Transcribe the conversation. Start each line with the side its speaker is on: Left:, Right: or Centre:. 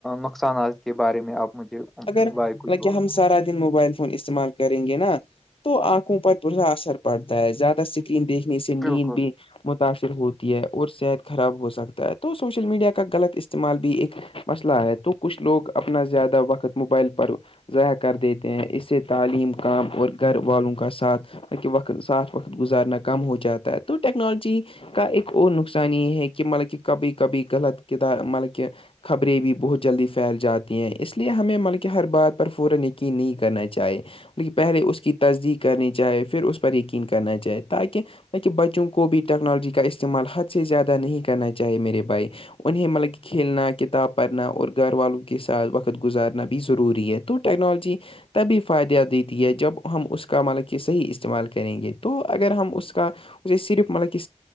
Centre: نقصانات کے بارے میں آپ مجھے
Left: اگر
Centre: بائے کچھ
Left: مطلب
Centre: بولو
Left: کہ ہم سارا دن موبائل استعمال کریں گے نا تو آنکھوں پر برا اثر پڑتا ہے زیادہ اسکرین دیکھنے سے
Centre: بالکل
Left: نیند بھی متاثر ہوتی ہے اور صحت خراب ہو سکتا ہے تو سوشل میڈیا کا غلط استعمال بھی ایک مسئلہ ہے تو کچھ لوگ اپنا زیادہ وقت موبائل پر ضائع کر دیتے ہیں اس سے تعلیم کام اور گھر والوں کا ساتھ کہ وقت ساتھ وقت گزارنا کم ہو جاتا ہے تو ٹیکنالوجی کا ایک اور نقصان یہ ہے کہ مطلب کہ کبھی کبھی غلط کدار مطلب کہ خبریں بھی بہت جلدی پھیل جاتی ہیں اس لیے ہمیں مطلبکہ ہر بات پر فورایقین نہیں کرنا چاہے پہلے اس کی تصدیق کرنی چاہے پھر اس پر یقین کرنا چاہے تاکہ بکہ بچوں کو بھی ٹیکنالوجی کا استعمال حد سے زیادہ نہیں کرنا چاہے میرے بھائی انہیں مطلب کہ کھیلنا کتاب پڑھنا اور گھر والوں کے ساتھ وقت گزارنا بھی ضروری ہے تو ٹیکنالوجی تبھی فائدہ دیتی ہے جب ہم اس کا مطلب کہ صحیح استعمال کریں گے تو اگر ہم اس کا اسے صرف مطلب کہ